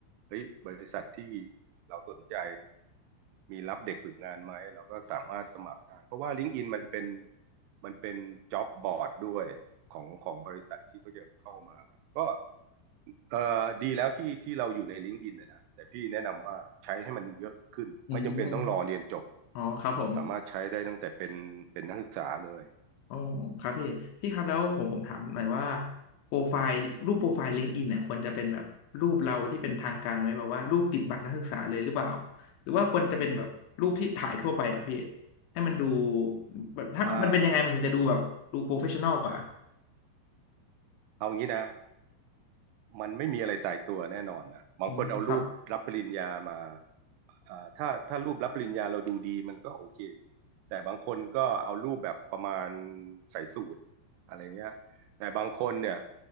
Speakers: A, on the right (about 80°); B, on the left (about 75°).
A: เฮ้ยบริษัทที่เราสนใจ มีรับเด็กฝึกงานไหมเราก็สามารถสมัครได้เพราะว่า LinkedIn มันเป็นมันเป็น job board ด้วยของของบริษัทที่เขาจะเข้ามาก็เอ่อดีแล้วที่ที่เราอยู่ใน LinkedIn นนะนะแต่พี่แนะนำว่าใช้ให้มันเยอะขึ้นไม่จำเป็นต้องรอเรียนจบ
B: อืมอ๋อครับผม
A: เราสามารถใช้ได้ตั้งแต่เป็นเป็นนักศึกษาเลย
B: อ๋อครับพี่ พี่ครับแล้วผมผมถามหน่อยว่าโปรไฟล์รูปโปรไฟล์ลิงก์อินเนี่ยควรจะเป็นแบบรูปเราที่เป็นทางการไหม แบบว่ารูปติดบัตรนักศึกษาเลยหรือเปล่า หรือว่าควรจะเป็นแบบรูปที่ถ่ายทั่วไปอ่ะพี่ ให้มันดูแบบถ้ามันเป็นยังไงมันถึงจะดูแบบดูโปรเฟชชั่นอลกว่า
A: อ่าอเอางี้นะ มันไม่มีอะไรตายตัวแน่นอนนะบางคนเอารูปรับปริญญามา
B: อืมครับ
A: อ่าถ้าถ้ารูปรับปริญญาเราดูดีมันก็โอเคแต่บางคนก็เอารูปแบบประมาณใส่สูทอะไรเงี้ยแต่บางคนเนี่ย